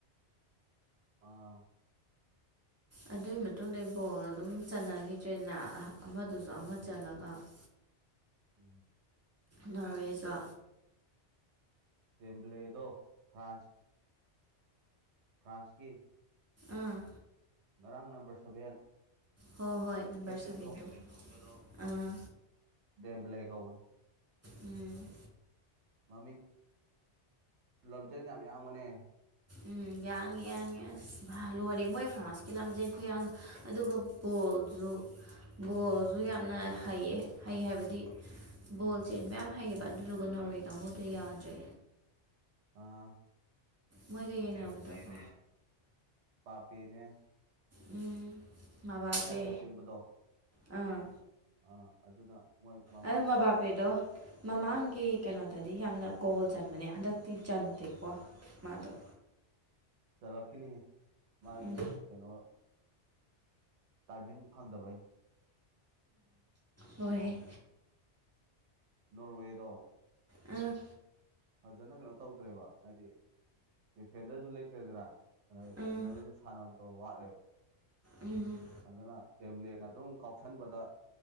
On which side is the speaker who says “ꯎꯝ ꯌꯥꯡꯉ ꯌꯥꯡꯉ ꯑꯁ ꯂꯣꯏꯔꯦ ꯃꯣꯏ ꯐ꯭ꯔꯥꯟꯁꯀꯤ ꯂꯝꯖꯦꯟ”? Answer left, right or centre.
Right